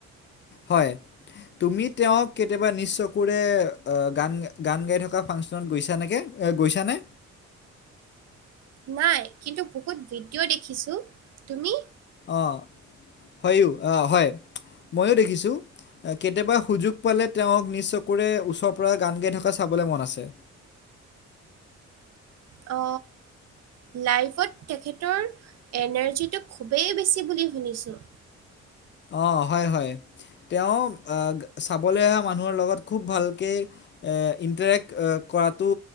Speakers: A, on the left; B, on the right.
A: হয়। তুমি তেওঁক কেতিয়াবা নিজ চকুৰে অ' গান গান গাই থকা ফাংচনত গৈছা নেকে? এ গৈছানে?
B: নাই কিন্তু বহুত ভিডিঅ' দেখিছো, তুমি?
A: অঁ হয়ো অ' হয়, ময়ো দেখিছোঁ। অ কেতিয়াবা সুযোগ পালে তেওঁক নিজ চকুৰে ওচৰৰ পৰা গান গাই থকা চাবলৈ মন আছে।
B: অ। লাইফত তেখেতৰ এনাৰ্জিটো খুবেই বেছি বুলি শুনিছোঁ।
A: অ হয় হয়, তেওঁ আ চাবলৈ অহা মানুহৰ লগত খুব ভালকে এ ইণ্টাৰেক্ট এ কৰাটো